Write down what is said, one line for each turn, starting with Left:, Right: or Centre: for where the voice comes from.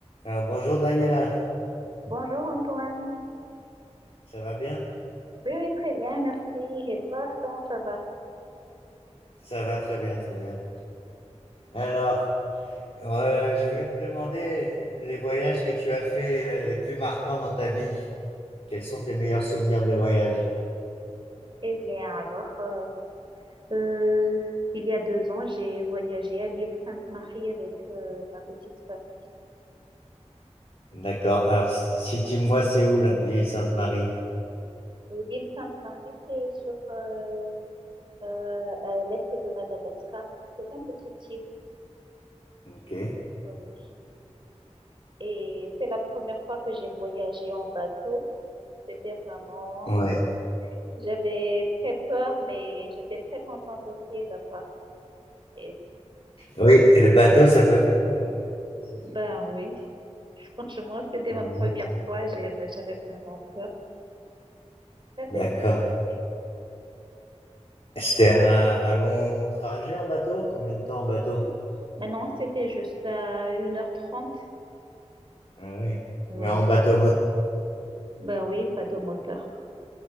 Left: Alors, bonjour Daniela,
Right: Bonjour Antoine.
Left: ça va bien?
Right: Oui, oui, très bien, merci. Et toi, comment ça va?
Left: Ça va très bien, très bien. Alors, euh, je voulais te demander les voyages que tu as faits euh, les plus marquants dans ta vie. Quels sont tes meilleurs souvenirs de voyage?
Right: Eh bien, alors, euh, euh, il y a deux ans, j'ai voyagé à l'île Sainte-Marie avec euh, ma petite famille.
Left: D'accord. Alors, si tu moi c'est où là l'île Sainte-Marie?
Right: Et L'île Sainte-Marie, c'est sur euh, euh, à l'est de Madagascar. C'est un petit île.
Left: Ok.
Right: oui. Et c'est la première fois que j'ai voyagé en bateau. C'était vraiment...
Left: Ouais.
Right: J'avais très peur, mais j'étais très contente aussi à la fois. Et-
Left: Oui, le bateau, ça peut faire peur, oui, ça c'est sûr.
Right: Ben oui. Franchement, c'était
Left: Mhm.
Right: ma première fois, j'avais j'avais vraiment peur. Ça, c'était
Left: D'accord.
Right: parfait.
Left: C'était un, un long trajet en bateau? Combien de temps en bateau?
Right: Maintenant, c'était juste à 1h30.
Left: Ah oui.
Right: Oui.
Left: Mais en bateau
Right: Ben oui, pas de moteur.